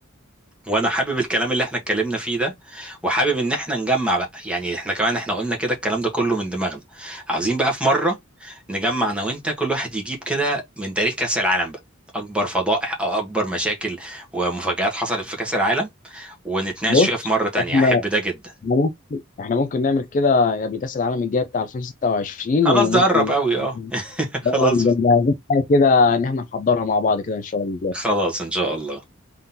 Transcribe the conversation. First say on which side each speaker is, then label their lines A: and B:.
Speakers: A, in the centre; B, on the left.
A: وانا حابب الكلام اللي احنا اتكلمنا فيه ده وحابب ان احنا نجمع بقى يعني احنا كمان احنا قلنا كده الكلام ده كله من دماغنا عاوزين بقى في مرة نجمع انا وانت كل واحد يجيب كده من تاريخ كأس العالم بقى اكبر فضائح او اكبر مشاكل ومفاجآت حصلت في كأس العالم ونتناقش
B: بص
A: فيها في مرة تانية
B: احنا
A: احب ده جدا
B: احنا ممكن احنا ممكن نعمل كده قبل كاس العالم الجاي بتاع 2026
A: خلاص
B: وممكن
A: ده قرب قوي اه <laughs>
B: طبعا
A: خلاص
B: نبقى مجهزين حاجه كده ان احنا نحضرها مع بعض كده ان شاء الله
A: خلاص ان شاء الله